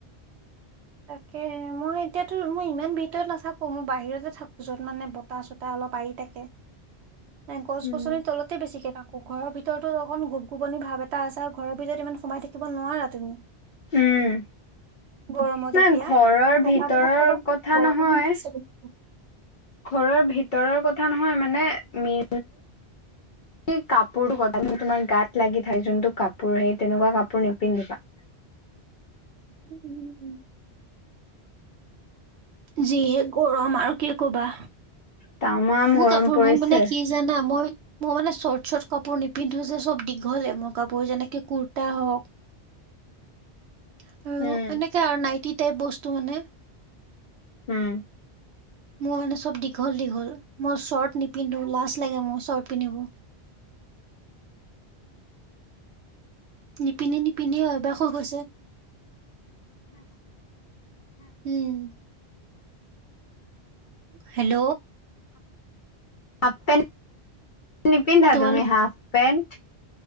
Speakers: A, on the right; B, on the left.
A: তাকে'হে মই এতিয়াতো মই ইমান ভিতৰত নাথাকো, মই বাহিৰতে থাকো, য'ত মানে- তা চোতা অলপ আহি থাকে। গছ-গছনিৰ
B: উম
A: তলতে বেছিকে আকৌ ঘৰৰ ভিতৰতো অকণ গোপ-গোপনি ভাৱ এটা আছে আৰু ঘৰৰ ভিতৰত ইমান সোমাই থাকিব নোৱাৰা তুমি।
B: উম
A: গৰমত।
B: নাই
A: তেতিয়া
B: ঘৰৰ
A: তাৰ পকাদখত
B: ভিতৰৰ
A: চাবা
B: কথা
A: গৰম
B: নহয়।
A: উঠিছে বুলি।
B: ঘৰৰ ভিতৰৰ কথা নহয় মানে মি সেই কাপোৰটো কথা তুমি তোমাৰ গাত লাগি থাক যোনতটো কাপোৰ সেই তেনেকুৱা কাপোৰ নিপিন্ধিবা।
A: উম, উম উ উুম। যি গৰম আৰু কি কবা
B: তামাম
A: মোৰ
B: গৰম
A: কাপোৰবোৰ
B: পৰিছে
A: মানে কি জানা মই মই মানে শৰ্ট চৰ্ট কাপোৰ নিপিন্ধো যে চব দীঘলে মোৰ কাপোৰ যেনেকে ক ‌কূৰ্তা হওক আৰু
B: উম
A: এনেকে আৰু নাইটি টাইপ বস্তু মানে
B: উম।
A: মোৰ মানে চব দীঘল, দীঘল মই শৰ্ট নিপিন্ধো লাজ লাগে মই শৰ্ট পিন্ধিব। নিপিন্ধি, নিপিন্ধি অভ্যাস হৈ গৈছে। উম। হেল্ল'।
B: হাফ্ পেন্ট নিপিন্ধা
A: তোমালোক
B: তুমি হাফ্ পেণ্ট।